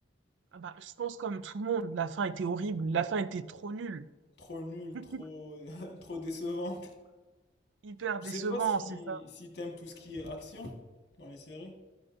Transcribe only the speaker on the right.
Ah bah, je pense comme tout le monde, la fin était horrible, la fin était trop nulle.
<laughs>
Hyper
décevant,
c'est ça.